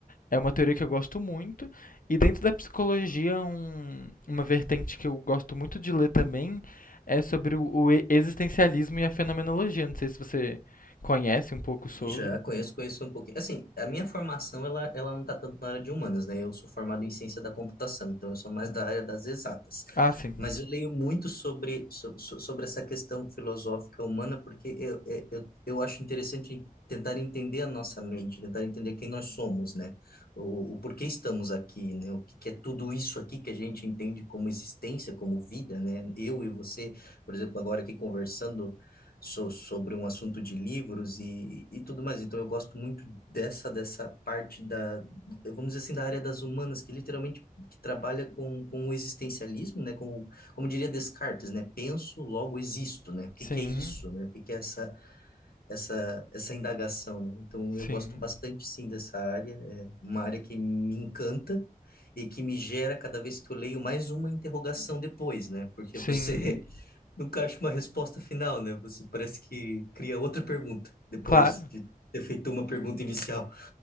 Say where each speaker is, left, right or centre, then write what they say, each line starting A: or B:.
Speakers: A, on the left; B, on the left.
A: é uma teoria que eu gosto muito. E dentro da psicologia, um- uma vertente que eu gosto muito de ler também é sobre o, o e- existencialismo e a fenomenologia. Não sei se você conhece um pouco sobre.
B: Já conheço, conheço um pouquinho. Assim, a minha formação, ela, ela não está tanto na área de humanas, né? Eu sou formado em ciência da computação, então eu sou mais da área das exatas.
A: Ah, sim.
B: Mas eu leio muito sobre, so- so- sobre essa questão filosófica humana, porque eu, eu, eu eu acho interessante tentar entender a nossa mente, tentar entender quem nós somos, né? O, o porquê estamos aqui, né? O que, que é tudo isso aqui que a gente entende como existência, como vida, né? Eu e você, por exemplo, agora aqui conversando so- sobre um assunto de livros e, e tudo mais. Então eu gosto muito dessa dessa parte da, vamos dizer assim, da área das humanas, que literalmente que trabalha com, com o existencialismo, né? Com, o- como diria Descartes, né? Penso, logo existo, né? O que
A: Sim.
B: que é isso, né? O que que é essa essa, essa indagação, né? Então,
A: Sim.
B: eu gosto bastante, sim, dessa área. É uma área que me encanta e que me gera, cada vez que eu leio, mais uma interrogação depois, né? Porque
A: Sim.
B: você <laughs> nunca acha uma resposta final, né? Você parece que cria outra pergunta depois
A: Claro,
B: de ter feito uma pergunta inicial.